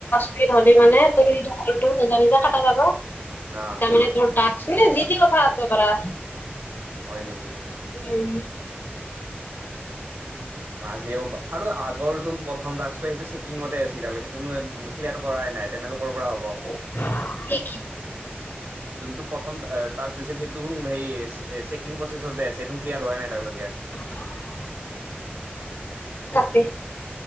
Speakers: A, on the left; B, on the right.
A: মিনিট হলি মানে তোৰ তেতিয়া কলটো নিজে-নিজে কটা যাব। তাৰমানে
B: হা
A: মানে তাত এ যিতি কথা পাতবা পাৰা।
B: হয় নেকি?
A: উম।
B: মই আজিহে গম পালোঁ আৰু আগৰ চোন প্ৰথম টাস্কটো সেইটো চেকিংতে আছে সেইটো ক্লিয়াৰ কৰাই কৰাই নাই তেনেলোকৰ পৰা হ'ব।
A: <unintelligible> সেই কিতো
B: যোনটো প্ৰথম টাস্ক দিছিল সেইটো সেই চেকিং প্ৰচেছ আছে, সেইটো ক্লিয়াৰ হোৱাই নাই এতিয়ালৈকে।
A: <unintelligible> এ।